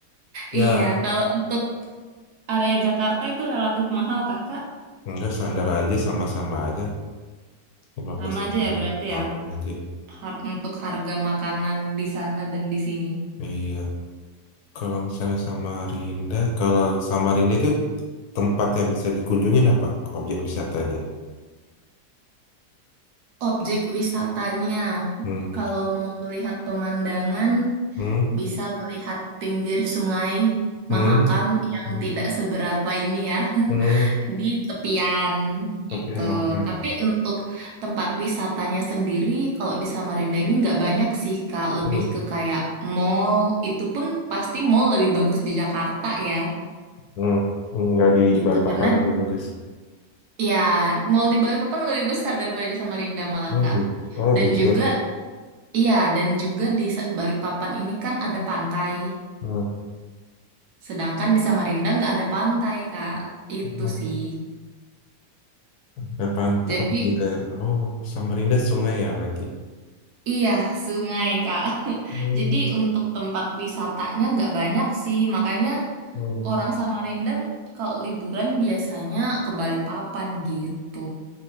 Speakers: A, on the left; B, on the right.
A: Ya,
B: Iya, kalau untuk area Jakarta itu relatif mahal Kakak.
A: enggak standar aja sama-sama aja. lima
B: Sama
A: belas
B: aja
A: ribu.
B: ya berarti
A: Sama
B: ya.
A: aja.
B: har- untuk harga makanan di sana dan di sini.
A: Iya. Kalau misalnya Samarinda, kalau Samarinda itu tempat yang bisa dikunjungin apa objek wisatanya?
B: Objek wisatanya,
A: Hmm,
B: kalau mau melihat pemandangan,
A: hmm,
B: bisa melihat pinggir sungai
A: hmm,
B: Mahakam yang
A: hmm,
B: tidak seberapa ini ya, <laughs>
A: hmm.
B: di tepian
A: Tapi
B: itu.
A: yang makan.
B: Tapi untuk tempat wisatanya sendiri, kalau di Samarinda ini nggak banyak sih, Kak. Lebih
A: Hmm,
B: ke kayak mall, itu pun pasti mall lebih bagus di Jakarta ya,
A: hmm. Enggak di
B: gitu.
A: Balikpapan
B: Karena
A: lebih bagus.
B: Ya, mall di Balikpapan lebih besar daripada di Samarinda malah,
A: Oh
B: Kak.
A: gitu. Oh
B: Dan
A: gitu.
B: juga, iya, dan juga di Sa- Balikpapan ini kan ada pantai.
A: Hmm.
B: Sedangkan di Samarinda nggak ada pantai, Kak. Itu
A: hmm.
B: sih.
A: Ada pantai.
B: Jadi,
A: Oh, gila. Oh, Samarinda sungai ya berarti.
B: iya, sungai, Kak. <laughs>
A: Hmm.
B: Jadi untuk tempat wisatanya nggak banyak sih. Makanya
A: hmm.
B: orang Samarinda kalau liburan biasanya ke Balikpapan gitu.